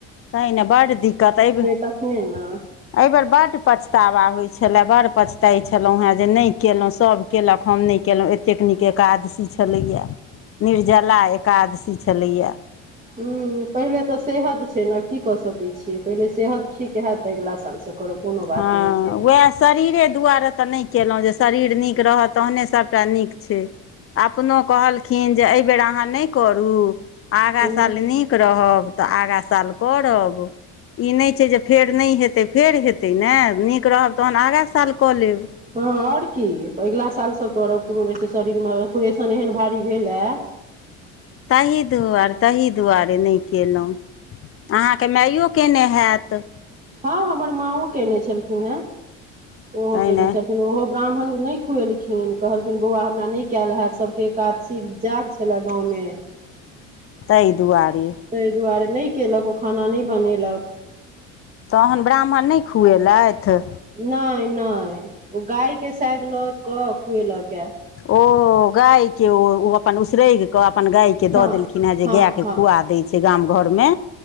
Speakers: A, on the left; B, on the right.
A: तय न बड दिक्कत अइ भ एहि
B: तखने ने
A: बेेर बड्ड पछतावा होइत छलए बडड़ड पछताइत छलहुँ हेँ जे नैय केलहुँ सभ केलक हम नहि केलहुँ एतेक नीक एकादशी छलैया निर्जला एकादशी छलैया।
B: हम्म पहिले तऽ सेहद छैय न की कऽ सकैय छियै पहिले सेहद ठीक हेत तअ अगिला सालसँ करब कोनो बात
A: हँ
B: नहि छैय
A: उएह शरीरे दुआरे तऽ नहि केलहुँ जे शरीर नीक रहत तहने सब सभटा नीक छे अपनो कहलखिन जे एहिबेर अहाँ नै करू आगा
B: हूँ
A: साल नीक रहब तऽ आगा साल करब। ई नैय छै जे फेर नै हेतै फेर हेतै नेय नीक रहब तहन आगा साल कऽ लेब।
B: हां और की अगला सालसँ करब कुनू नै छै, शरीरमे ऑपरेशन एहन भारी भेल हे।
A: ताहि दुआर ताहि। ताहि दुआरे नै केलहुँ अहाँके माइयो कने हयत।
B: हां हमर माओ केने छलखिन हे
A: तैँ
B: ओहो केने
A: ने
B: छलखिन ओहो ब्राह्मण नै खुएलखिन कहलखिन बौआ हमरा नै कयल हैत सभके एकादशी जाग छलै गाँवमे
A: तहि दुआरे
B: तैय दुआरे नै केलक ओ खाना नैय बनेलक।
A: तहन ब्राह्मण नैय खुएलथि।
B: नैय-नैय ओ गाय के सायद लऽ क खुएलक ए
A: ओ गायके ओ ओ अपन उसरैग कऽ अपन गायके
B: हँ
A: दऽ देलखिन हे जे
B: हँ
A: गायके
B: हँ
A: खुआ दैय छै गाम घरमे